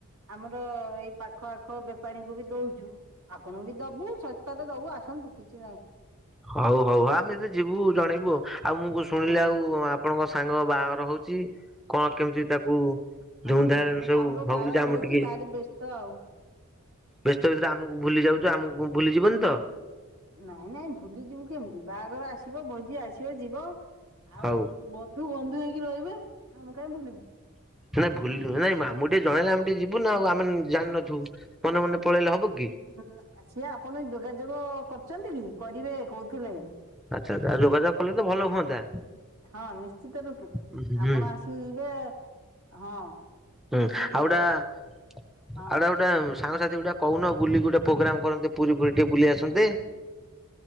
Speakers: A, on the right (about 80°); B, in the centre.
A: ଆମର ଏଇ ପାଖ ଆଖ ବେପାରୀଙ୍କୁ ବି ଦଉଛୁ ଆପଣଙ୍କୁ ବି ଦବୁ ସର ତାହେଲେ ଦବୁ ଆସନ୍ତୁ କିଛି ନାହିଁ।
B: ହଉ ହଉଉ ଆମେତ ଯିବୁ ଜଣେଇବୁ ଆଉ ମୁଁ କ ଶୁଣିଲି
A: ହଁ
B: ଆଉ ଆପଣଙ୍କ ସାଙ୍ଗ ବାହାଘର ହଉଛି କଣ କେମିତି ତାକୁ
A: ହଁ
B: ଧଉଁ ଧା
A: ହଁ।
B: ସବୁ
A: ସାଙ୍ଗ
B: ହଉଛି
A: ବାହାଘର
B: ଆମର ଟିକେ।
A: ଭାରି ବ୍ୟସ୍ତ ଆଉ।
B: ବ୍ୟସ୍ତ ଭିତରେ ଆମକୁ ଭୁଲି ଯାଉଛ ଆମକୁ ଭୁଲିଯିବନି ତ?
A: ନାଇଁ ନାଇଁ ଭୁଲି ଯିବୁ କେମିତି ବାହାଘର ଆସିବ ଭୋଜି ଆସିବ ଯିବ। ଆଉ
B: ହଉ
A: ବନ୍ଧୁ ବନ୍ଧୁ ହେଇକି ରହିବେ ଆମ କାଇଁ ଭୁଲିବୁ।
B: ନାଇ ଭୁଲି
A: ହଁ।
B: ହୁଏ। ଟିକେ ଜଣେଇଲେ ଆମେ ଟିକେ ଯିବୁନ ଆଉ ଆମେ ଜାଣିିନଥୁ ମନେ ମନେ ପଳେଇଲେ ହବ କି।
A: ଉଁ ସିଏ ଆପଣ ଯୋଗାଯୋଗ କରୁଛନ୍ତି କି କରିବେ କହୁଥିଲେ?
B: ଆଚ୍ଛା ତାହାହେଲେ ଯୋଗାଯୋଗ କଲେ ତ ଭଲ ହୁଅନ୍ତା।
A: ହଁ ନିଶ୍ଚିତ ରୂପେ
B: ହୁଁ ହୁଁ
A: ଆପଣ ଆସିବେ ହଁ।
B: ହୁଁ
A: ଆସିବେ
B: ଆଉ ଗୋଟା ଆଉଟା
A: ହଁ।
B: ଗୋଟେ ସାଙ୍ଗସାଥି ଗୋଟେ କହୁନ ବୁଲି ଗୋଟେ ପ୍ରୋଗ୍ରାମ କରନ୍ତେ ପୁରୀ ପୁରୀ ଟିକେ ବୁଲି ଆସନ୍ତେ।